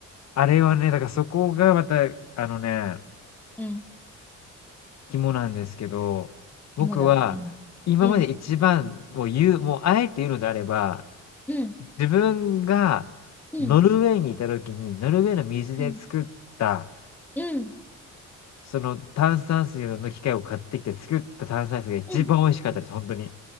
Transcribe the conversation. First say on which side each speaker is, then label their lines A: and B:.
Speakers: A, on the left (about 60°); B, in the centre.
A: あれはね、だからそこがまた、あのね、
B: うん。
A: 肝なんですけど、僕は今まで一番を言う、
B: 紐だ。うん。うん。
A: もうあえて言うのであれば、
B: うん。
A: 自分が
B: うん。
A: ノルウェーにいた時に、ノルウェーの水で作った、
B: うん。うん。
A: その炭酸水の機械を買ってきて作った炭酸水が一番美味しかったです、
B: うん。
A: 本当に。